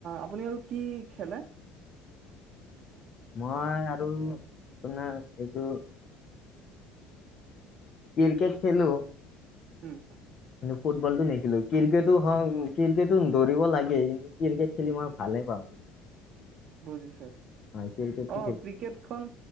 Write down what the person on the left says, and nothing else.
মই আৰু আপোনাৰ এইটো ক্ৰিকেট খেলো।
কিন্তু ফুটবলটো নেখেলোঁ। ক্ৰিকেটো হওক ক্ৰিকেটো দৌৰিব লাগে কিন্তু ক্ৰিকেট খেলি মই ভালেই পাওঁ।
হয় ক্ৰিকেটটো
খেল